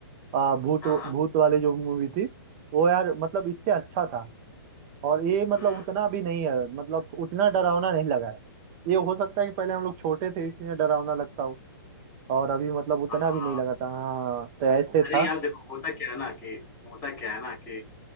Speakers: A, on the right (about 35°); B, on the left (about 20°).
A: अ, भूत
B: हाँ हाँ
A: भूत वाली जो मूवी थी वो यार मतलब इससे अच्छा था और ये मतलब
B: हम्म
A: उतना भी नहीं है मतलब उतना डरावना नहीं लगा है ये हो सकता है कि पहले हम लोग छोटे थे इसलिए डरावना लगता हो और अभी मतलब उतना
B: हाँ
A: भी नहीं
B: हाँ।
A: लगा था हाँ तो ऐसे था
B: अरे यार देखो होता क्या है ना कि होता क्या है ना कि